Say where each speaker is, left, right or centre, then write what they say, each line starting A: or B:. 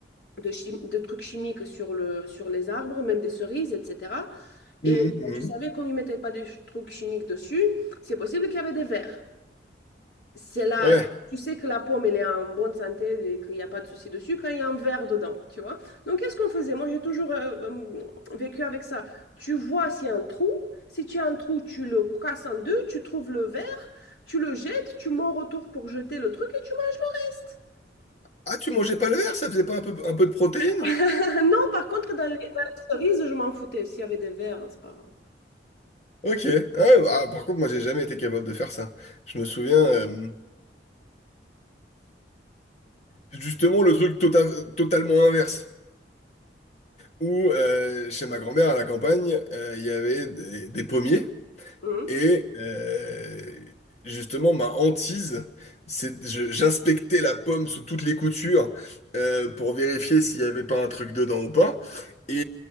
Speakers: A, on the left; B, on the left.
A: de, chi- de trucs chimiques sur le, sur les arbres, même des cerises, etc.
B: Mhm,
A: Et
B: mhm.
A: euh, tu savais comme ils mettaient pas de ch- trucs chimiques dessus, c'est possible qu'il y avait des vers. C'est là,
B: Ouais.
A: tu sais que la pomme, elle est en bonne santé et qu'il n'y a pas de souci dessus quand il y a un verre dedans, tu vois. Donc, qu'est-ce qu'on faisait? Moi, j'ai toujours euh, euh, vécu avec ça. Tu vois s'il y a un trou. Si tu as un trou, tu le casses en deux, tu trouves le verre, tu le jettes, tu mords autour pour jeter le truc et tu manges le reste.
B: Ah, tu mangeais pas le verre, ça faisait pas un peu, un peu de protéines?
A: <laughs> Non, par contre, dans les, dans les cerises, je m'en foutais. S'il y avait des verres, hein, c'est pas grave.
B: Ok. Ah, ah, par contre, moi, j'ai jamais été capable de faire ça. Je me souviens, euh, justement, le truc tota- totalement inverse. où euh, chez ma grand-mère à la campagne, euh, il y avait des, des pommiers
A: Hum.
B: et euh, justement ma hantise, c'est je- j'inspectais la pomme sous toutes les coutures euh, pour vérifier s'il n'y avait pas un truc dedans ou pas. Et,